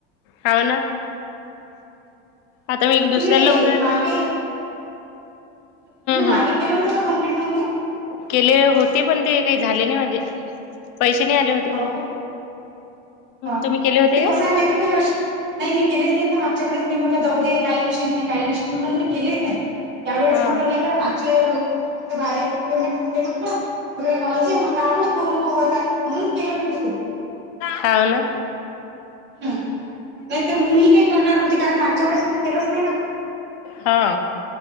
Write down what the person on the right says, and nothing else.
तुम्ही
मागे तुम्ही मागे
केले होते का कम्प्लीट मे
हो का हा
हा
ते कसय
माहिती का नाही मी केले ना मागच्या वेच मीटलं जाऊ दे काही कशी नाही काही कशी म्होलून मी केलेच नाही. यावेळेस
म्हटलं नाही कड माग माझ बाहेर खूप फेमेस झाले म्हटलं. म्हण आपण करून बह आता म्हणून केलं मी तस
हम् नाहीत मग मी काही करणार नव्हती कारण मागच्या वेळेस मी केलंच नाही ना.